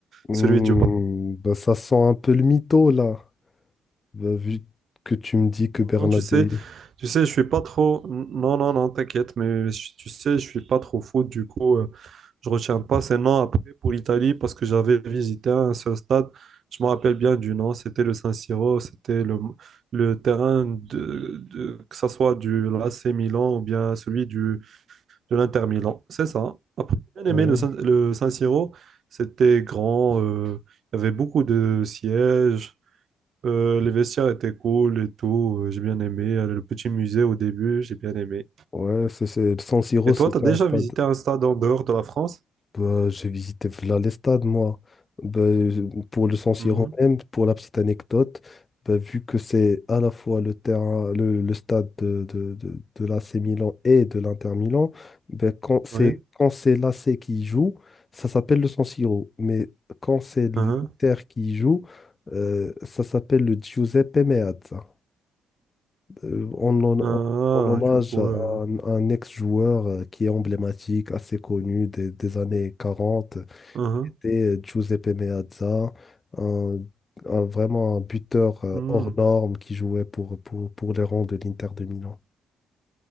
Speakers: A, on the left; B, on the right.
A: Hmm,
B: celui du Barça.
A: bah ça sent un peu le mytho là. Bah, vu que tu me dis que
B: Non,
A: Bernabé...
B: non, tu sais, tu sais, je suis pas trop. Non, non, non, t'inquiète, mais je- tu sais, je suis pas trop fou. Du coup, euh, je retiens pas ces noms après pour l'Italie parce que j'avais visité un seul stade. Je me rappelle bien du nom. C'était le San Siro. C'était le, le terrain de, de- que ça soit du AC Milan ou bien celui du de l'Inter Milan, c'est ça. Après, j'ai bien
A: Ouais,
B: aimé le, San- le San Siro. C'était grand, euh, il y avait beaucoup de sièges, euh, les vestiaires étaient cool et tout. euh, j'ai bien aimé. Euh, Le petit musée au début, j'ai bien aimé.
A: ouais c'est, c'est- San Siro,
B: Et
A: c'était
B: toi, t'as déjà
A: un stade.
B: visité un stade en dehors de la France?
A: Bah, j'ai visité Vlalestad, moi. Bah, je- pour le San Siro
B: Mhm.
A: même, pour la petite anecdote, bah, vu que c'est à la fois le terrain, le, le stade de, de, de, de l'AC Milan et de l'Inter Milan, bah, quand c'est
B: Oui.
A: quand c'est l'AC qui joue, ça s'appelle le San Siro. Mais quand c'est l'Inter
B: Uhum.
A: qui joue, euh, ça s'appelle le Giuseppe Meazza. Euh, on, en-
B: Ah,
A: on- en hommage
B: du coup.
A: à
B: euh,
A: un, à un ex-joueur euh, qui est emblématique, assez connu des, des années quarante
B: uhum.
A: c'était Giuseppe Meazza, un, un- vraiment un buteur euh,
B: Hmm.
A: hors norme qui jouait pour, pour, pour les rangs de l'Inter de Milan.